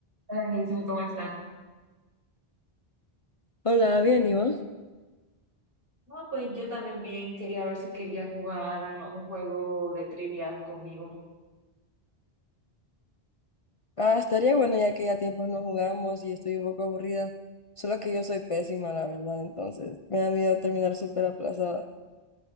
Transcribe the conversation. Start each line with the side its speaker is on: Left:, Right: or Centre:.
Right: Hola Hazel, ¿cómo estás?
Left: Hola, bien, ¿y vos?
Right: No, pues yo también bien quería ver si quería jugar un juego de trivia conmigo.
Left: Ah, estaría bueno ya que ya tiempos no jugamos y estoy un poco aburrida. Solo que yo soy pésima, la verdad, entonces me da miedo terminar súper aplazada.